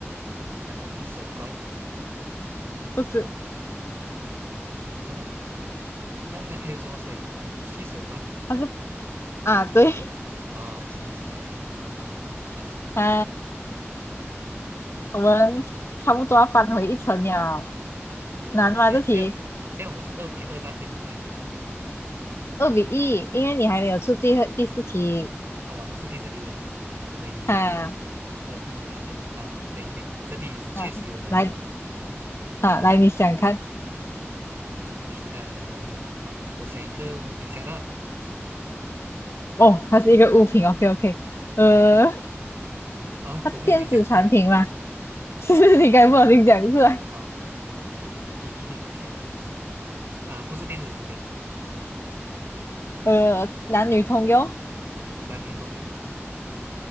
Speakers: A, on the right; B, on the left.
A: 啊？难道是水罐
B: 不是，
A: 啊？那那还还有什么水？汽水吗？
B: 他是啊对，
A: 啊，汽水啊，行行行，
B: <laughs> 啊，我们差不多要返回一层了，
A: 那差不多吧。
B: 难吗这题？
A: 现在现在现在我们是二比二停平噻，
B: 二比一，因为你还没有出第二第四题。
A: 啊，我还没出第四题，好，好所以
B: 哈
A: 二比一，OK，好，可以可以，这题确实有难度。
B: 哈，来哈来，
A: 好，
B: 你想看
A: 今天啊，好，我想一个物品，想到了
B: 哦？它是一个物品，OK OK。呃，
A: 啊，
B: 它是电子产品吗？
A: 我不小心讲出来，
B: <laughs> 是你该不好听讲出来。
A: 啊，我不小心讲出来，给你给你一点小提示啊，不是电子产品，
B: 呃，男女通用，
A: 男女通用，